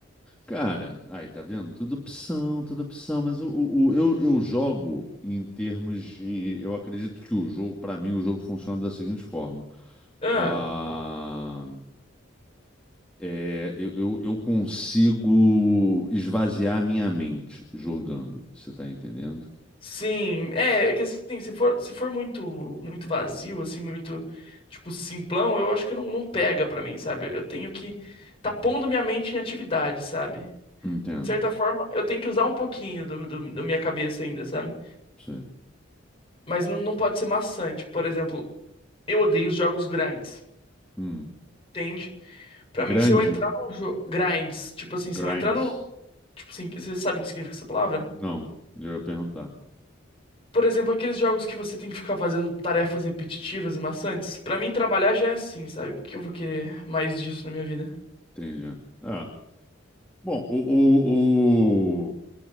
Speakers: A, in the centre; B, on the left.
A: Cara, aí tá vendo? Tudo opção, tudo opção, mas o, o, o- eu, eu jogo em termos de. Eu acredito que o jogo, pra mim, o jogo funciona da seguinte forma.
B: Ah.
A: Ah, é, eu, eu, eu consigo esvaziar minha mente jogando, você tá entendendo?
B: Sim, é, é que assim, se for, se for muito muito vazio, assim, muito, tipo, simplão, eu acho que não, não pega pra mim, sabe? Eu tenho que tá pondo minha mente em atividade, sabe?
A: Entendo,
B: De certa forma, eu tenho que usar um pouquinho do, do, da minha cabeça ainda, sabe?
A: sei.
B: Mas não, não pode ser maçante. Por exemplo, eu odeio os jogos grinds,
A: Hum.
B: entende? Pra
A: Grande,
B: mim, se eu entrar num jogo... Grinds, tipo assim, se
A: grinds.
B: eu entrar num... Tipo assim, você sabe o que significa essa palavra?
A: Não, eu ia perguntar.
B: Por exemplo, aqueles jogos que você tem que ficar fazendo tarefas repetitivas e maçantes. Pra mim, trabalhar já é assim, sabe? Porque eu vou querer mais disso na minha vida.
A: Entendi. Ah, bom, o, o,